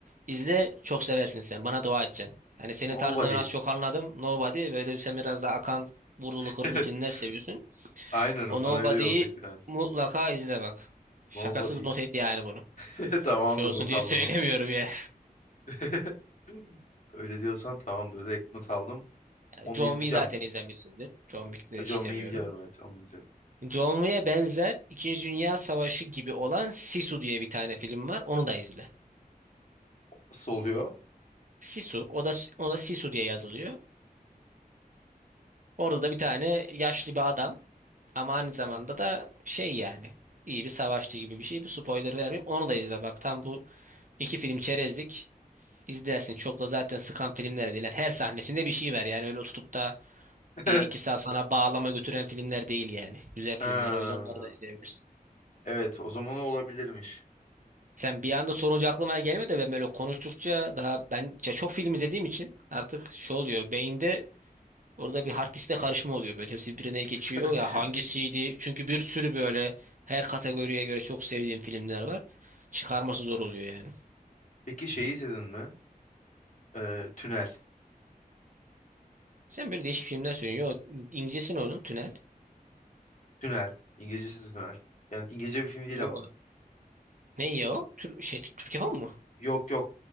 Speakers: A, on the right; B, on the left.
A: izle çok seversin sen. Bana dua edeceksin. Yani senin
B: Nobody.
A: tarzını ben az çok anladım. Nobody böyle sen biraz daha akan vurdulu
B: <laughs>
A: kırdılı filmler seviyorsun.
B: Aynen
A: O Nobody'yi
B: bana öyle bir olacak biraz.
A: mutlaka izle bak. Şakasız
B: Nobody.
A: not et yani bunu.
B: <laughs> Tamamdır
A: Şey olsun
B: not
A: diye
B: aldım
A: <laughs> söylemiyorum
B: onu.
A: ya.
B: <laughs> Öyle diyorsan tamamdır. Direkt not aldım. Onu
A: John
B: izleyeceğim.
A: Wick zaten izlemişsindir. John Wick'te
B: John
A: hiç
B: May'i
A: demiyorum.
B: biliyorum evet onu biliyorum.
A: John Wick'e benzer İkinci Dünya Savaşı gibi olan Sisu diye bir tane film var. Onu da izle.
B: Nasıl oluyor?
A: Sisu. O da, o da Sisu diye yazılıyor. Orada da bir tane yaşlı bir adam ama aynı zamanda da şey yani iyi bir savaşçı gibi bir şey. Bu spoiler vermeyeyim. Onu da izle. Bak tam bu iki film çerezlik. İzlersin. Çok da zaten sıkan filmler değil. Yani her sahnesinde bir şey var. Yani öyle tutup da e,
B: <laughs>
A: iki saat sana bağlama götüren filmler değil yani. Güzel filmler.
B: Ha.
A: O yüzden onları da izleyebilirsin.
B: Evet o zaman o olabilirmiş.
A: Sen bir anda sorunca aklıma gelmedi de ben böyle konuştukça daha ben ya çok film izlediğim için artık şu oluyor beyinde orada bir hard diskte karışma oluyor böyle hepsi birbirine geçiyor
B: <laughs>
A: ya hangisiydi çünkü bir sürü böyle her kategoriye göre çok sevdiğim filmler var çıkarması zor oluyor yani.
B: Peki şeyi izledin mi? Ee, Tünel.
A: Sen böyle değişik filmler söylüyorsun. Yo İngilizcesi ne onun Tünel.
B: Tünel. İngilizcesi de Tünel. Yani İngilizce bir film değil
A: Yo.
B: ama.
A: Ne ya o? Tür şey Türk yapımı mı?
B: Yok yok.